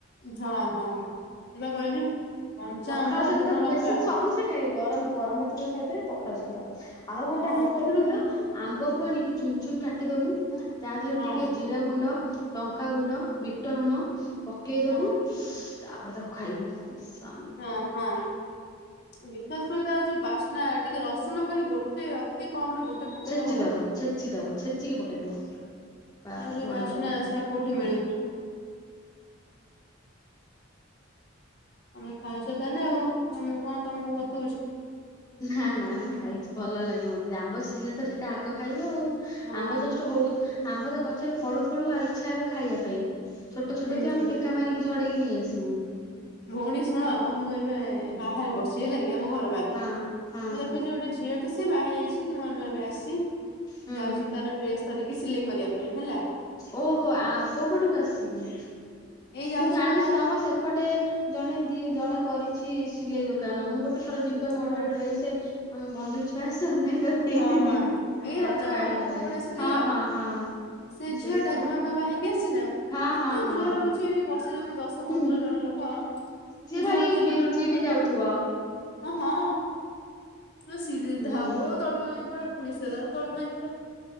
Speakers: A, on the left (about 55°); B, on the left (about 20°).
A: ହଁ ହଁ ଏବା କହିଲି। କଞ୍ଚା
B: ପଖାଳ
A: ଆମ୍ବ
B: ସହିତ
A: ଲୁଣ
B: ତାକୁ
A: ଲଙ୍କା
B: ବେଶୀ ସବୁ ଥିରେ ଖାଇଅ ଗରମ ଗରମ ଭାତରେ ଖାଇପାରିବ ପଖାଳ ସହିତ ଆଉ
A: ହଁ
B: ଗୋଟେ
A: ହଁ
B: ଆମେ କଣ କରୁ
A: କିନ୍ତୁ
B: କହିଲ।
A: ହଁ
B: ଆମ୍ବ କୁ ଆଣିକି ଚୁନ ଚୁନ କାଟିଦବୁ ତା ଦେରେ
A: ହଁ
B: ଟିକେ ଜିରା ଗୁଣ୍ଡ। ଲଙ୍କାଗୁଣ୍ଡ, ବିଟ ନୁଣ ପକେଇଦବୁ।
A: ହଁ
B: ତାପରେ ତାକୁ ଖାଇବୁ କେତେ ଶା
A: ହଁ ହଁ। ବିଶ୍ବାସ କର ତାର ଯୋଉ ବାସ୍ନା ଟିକେ ରସୁଣ ଖାଲି ଗୋଟେ ଅତି କମ ରେ ଗୋଟେ ପକେଇଦବ।
B: ଛେଚି ଦବ ଛେଚି ଦବ ଛେଚିକି ପକେଇଦବ। ବାସ୍
A: ଆଉ ଯୋଉ
B: ବଢିଆ
A: ବାସ୍ନା
B: ଲାଗିବ।
A: ସେ ଆଉ କୋଉଠି ମିଳିବନି। ତମେ ଖାଇଛ ତାହେଲେ ଆଉ ଉଁ ମୁଁ କଣ ତମକୁ ବତଉଛି।
B: ନା ନା ମୁଁ ଖାଇଛି ଭଲ ଲାଗେ ମତେ ଆମ୍ୱ ସିଜିନରେ ତ ସେଇଟା ଆଗ ଖାଇବ ଆଉ।
A: ହଁ
B: ଆମ୍ବ ଜଷ୍ଟ ହଉ ଆମ୍ବ ତ ଗଛରେ ଫଳୁ ଫଳୁ ଆଉ ଇଚ୍ଛା ହବ ଖାଇବା ପାଇଁ। ଛୋଟ ଛୋଟ
A: ହୁଁ
B: ତ ଆମେ
A: ହୁଁ।
B: ଟେକା ମାରିକି ଝଡେଇକି ନେଇ ଆସିମୁ।
A: ଭଉଣୀ ଶୁଣ ମୁଁ ଏବେ ବାହାରେ ବସିଛି ହେଲା କି ଆମ ଘର ବାହାରେ
B: ହଁ ହଁ
A: ମୁଁ ଦେଖୁଛି ଗୋଟେ ଝି ଝିଅ ଟେ ସେ ବାହା ହେଇ ଯାଇଚି ନୂଆ ନୂଆ ଏବେ ଆସିଚି
B: ହୁଁ।
A: ଯାଉଛି ତାର ଡ୍ରେସ୍। ଧରିକି ସିଲେଇ କରିବା ପାଇଁ ହେଲା।
B: ଓହୋ ଆ କୋଉ ପଟକୁ ଆସିଛି କି?
A: ଏଇ ଯାଉଛି
B: ମୁଁ ଜାଣିଛି
A: ପରା
B: ତମ ସେପଟେ। ଜଣେ ଦି ଜଣେ କରିଛି ସିଲେଇ ଦୋକାନ ମୁଁ ଗୋଟେ ଥର ଜିମ ପା ମୋର
A: ହଁ
B: ଗୋଟେ ଡ୍ରେସେ। ଆମ ବନ୍ଧୁ ଛୁଆ ଆସିଛନ୍ତି ତାଙ୍କର ଦେଇଥିଲି।
A: ହଁ ହଁ ଏଇ
B: ତାଙ୍କର
A: ରଜ
B: ଆଣିବା
A: କପଡା
B: ପାଇଁ
A: ସିଲେଇ
B: ହଁ
A: ଆଉ।
B: ହଁ ହଁ
A: ସେ
B: ସେଇତ
A: ଝିଅ ଟା ନୂଆ ନୂଆ ବାହା ହେଇକି ଆସିଚି ନା
B: ଆଉ
A: କେତେ
B: ହଁ ହଁ
A: ଜୁଆର ହଉ ଚି ଏଇଠି ବସିଛନ୍ତି ଦଶ
B: ହଁ।
A: ପନ୍ଦର ଜଣ ଲୋକ
B: ସିଏ ଭାରି
A: ଯୁହାର ହଉଚି
B: ବି
A: ଗୋଟେ ଗୋଟେ
B: ଚିଡି
A: ଗୋଟେ ଗୋଟେ।
B: ଯାଉଥିବ
A: ଅ ହଁ ହଁ ସିରିଏ
B: ହୁଁ
A: ଧାଓ ତଳକୁ ନଇ ପଡେ ପୁଣି ସିଏ ତାର ତଳକୁ ନଇ ପଡ଼େ।